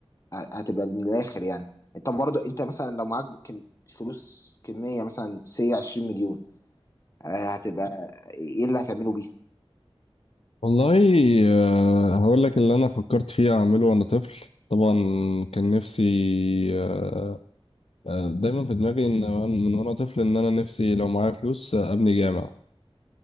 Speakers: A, on the left; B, on the left.
A: هتبقى من الاخر يعني انت برضه انت مثلا لو معاك كم... فلوس كميه مثلا سي 20 مليون آه، هتبقى ايه اللي هتعمله بيها
B: والله آه، هقول لك اللي انا فكرت فيه اعمله وانا طفل طبعا كان نفسي آه، آه، دايما في دماغي ان أنا- من وانا طفل ان انا نفسي لو معايا فلوس آه، ابني جامع